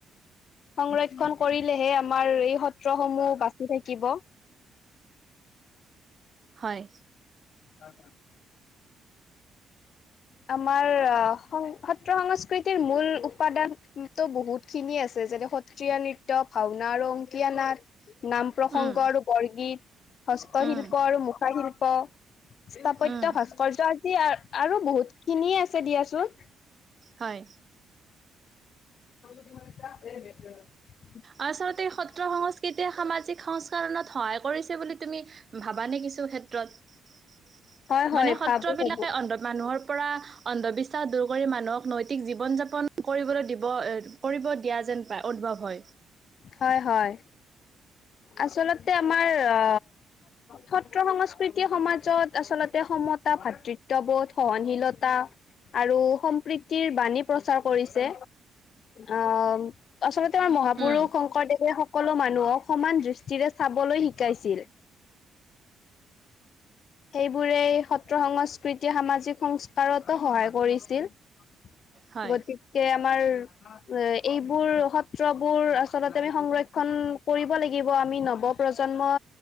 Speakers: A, on the left; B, on the right.
A: সংৰক্ষণ কৰিলেহে। আমাৰ এই সত্ৰসমূহ বাচি থাকিব।
B: হয়।
A: অ আমাৰ সত্ৰ সংস্কৃতিৰ মূল উপাদান টো বহুত খিনি আছে। যেনে সত্ৰীয়া নৃত্য ভাওনা আৰু অংকীয়া নাট। নাম প্ৰসংগ
B: উম,
A: আৰু বৰগীত হস্তশিল্প
B: উম,
A: আৰু মুখাশিল্প। <unintelligible> স্থাপত্যয়
B: উম,
A: ভাস্কৰৰ্য আদি আৰু বহুত খিনিয়ে আছে দিয়াচোন।
B: হয়।
A: তমান ফে <unintelligible>
B: আচলতে সত্ৰ সংস্কৃতিয়ে সামাজিক সংস্কৰণত সহায় কৰিছে বুলি তুমি ভাব। আনি কিছু ক্ষেত্ৰত
A: হয় হয়
B: মানে সত্ৰবিলাক
A: ভাবো ভাবো
B: মানুহৰ। <unintelligible> পৰা অন্ধবিশ্বাস দূৰ কৰি মানুহক নৈতিক জীৱন যাপন কৰিবলৈ দিব কৰিব দিয়া। যেন পায় উদ্ভৱ হয়।
A: হয় হয়। আচলতে আমাৰ অ সত্ৰ সংস্কৃত। <unintelligible> প্ৰকৃতি সমাজত আচলতে সমতা ভাতৃত্ববোধ সহনশীলতা। আৰু সম্প্ৰীতিৰ বাণী প্ৰচাৰ কৰিছে অ আচলতে। আমাৰ মহাপুৰুষ
B: উম।
A: শংকৰদেৱে সকলো মানুহক সমান দৃষ্টিৰে চাবলৈ শিকাইছিল। সেইবোৰে সত্ৰ সংস্কৃতি সামাজিক সংস্কাৰতো সহায় কৰিছিল।
B: হয়।
A: গতিকে। আাৰ এইবোৰ সত্ৰবোৰ আচলতে আমি সংৰক্ষণ কৰিব লাগিব। আমি নৱপ্ৰজন্ম